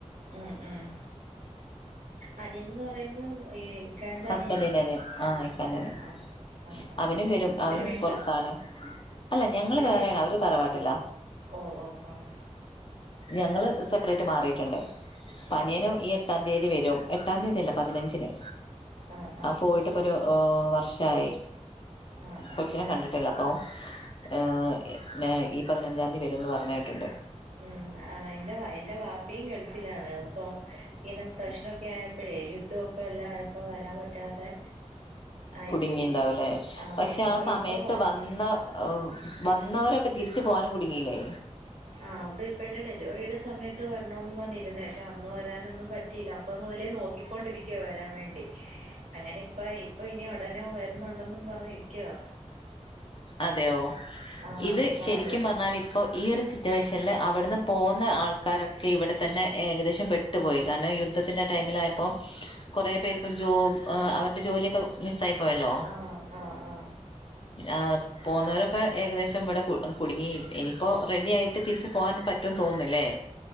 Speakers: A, on the right; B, on the left.
A: ഉം ഉം അനിയൻന്ന് പറയുമ്പോ ഈ ഇക്കാന്റെ
B: ഹസ്ബൻഡിന്റെ
A: അനിയനാ
B: അനിയൻ ആഹ് ഇക്കാന്റനിയൻ
A: ആഹ് ആഹ് ആഹ് ആഹ്
B: അവനും വരും അവനും
A: ഒരു വീട്ടിലാ
B: പുറത്താണ് അല്ല ഞങ്ങള്
A: ഒരു
B: വേറെയാണ്
A: വീട്ടിൽ
B: അവര് തറവാട്ടിലാ
A: ഓഹ് ഓഹ് ഓഹ്
B: ഞങ്ങള് സെപ്പറേറ്റ് മാറിയിട്ടുണ്ട് അപ്പ
A: ആഹ്
B: അനിയനുംഈ
A: ആഹ്
B: എട്ടാം തീയതി വരും എട്ടാം തീയതിയല്ല പതിനഞ്ചിന്
A: ആഹ് ആഹ്
B: അവൻ പോയിട്ട് ട്ടിപ്പൊരു ഏഹ് ഒരു വർഷായി
A: ആഹ്
B: കൊച്ചിനെ
A: ആഹ്
B: കണ്ടിട്ടില്ല അപ്പോ ഏഹ് ന്നെ ഈ പതിനഞ്ചാം തീ വരുന്ന് പറഞ്ഞ കേട്ടിട്ടുണ്ട്
A: ഉം ആഹ് ഇൻ്റെ എൻ്റെ വാപ്പയും ഗൾഫിലാണ് ഇപ്പം ഇങ്ങനെ പ്രശ്നൊക്കെ ആയപ്പോ പ്പഴെ യുദ്ധവൊക്കെ എല്ലാം ആയപ്പോ വരാൻ പറ്റാതെ ആയിപ്പോയി
B: കുടുങ്ങിണ്ടാവൂല്ലേ
A: ആഹ്
B: പക്ഷെ
A: അപ്പൊ
B: ആ സമയത്ത്
A: ഇപ്പൊ
B: വന്ന ഏഹ് വന്നോരൊക്കെ തിരിച്ച് പോകാനും കുടുങ്ങില്ലേ
A: ആഹ് അപ്പ ഇപ്പ എൻ്റെ ഡെലിവറിയുടെ സമയത്ത് വരണോന്ന് പറഞ്ഞിരുന്നയാ പക്ഷെ അന്ന് വരാനൊന്നും പറ്റിയില്ല അപ് അപ്പ മുതലേ നോക്കിക്കൊണ്ടിരിക്കുവാ വരാൻ വേണ്ടി അങ്ങനെ ഇപ്പ ഇപ്പൊ ഇനി ഒടനെ വരുന്നുണ്ടെന്നും പറഞ്ഞിരിക്കുവാ
B: അതെയോ
A: ആഹ്
B: ഇത്
A: അപ്പൊ
B: ശരിക്കും
A: അതെ
B: പറഞ്ഞാ ഇപ്പോ ഈ ഒരു സിറ്റുവേഷനിൽ അവിടെന്ന് പോന്ന ആൾക്കാരൊക്കെ ഇവിടെ തന്നെ ഏകദേശം പെട്ട് ട്ടു പോയി കാരണം യുദ്ധത്തിന്റെ ആ ടൈമിലായപ്പോ കൊറെ പേർക്കും ജോബ് ഏഹ് അവരുടെ ജോലി ഒക്കെ മിസ്സായി പോയല്ലോ
A: ആഹ് ആഹ് ആഹ്
B: ആഹ് പോന്നവരൊക്കെ ഏകദേശം ഇവിടെ കു കുടുങ്ങി ഇനിയിപ്പോ റെഡി ആയിട്ട് തിരിച്ച് പോകാൻ പറ്റൂന്ന് തോന്നുന്നല്ലേ